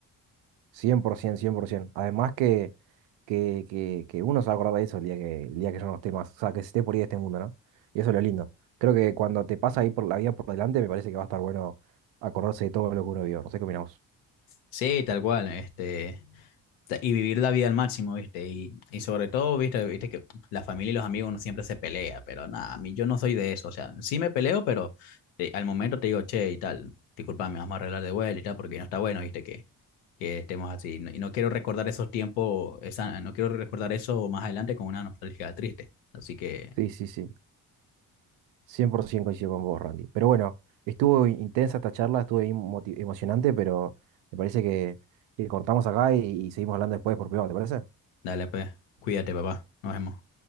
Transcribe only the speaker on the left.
Sí, tal cual, este, ta- y vivir la vida al máximo, ¿viste? Y, y sobre todo, ¿viste? Viste que la familia y los amigos uno siempre se pelea, pero nada, a mí yo no soy de eso, o sea, sí me peleo, pero te- al momento te digo, che, y tal, discúlpame, vamos a arreglar de vuelta y tal, porque no está bueno, ¿viste? Que, que estemos así, no- y no quiero recordar esos tiempos, esa, no quiero recordar eso más adelante con una nostalgia triste, así que
dale, pues, cuídate, papá, nos vemos.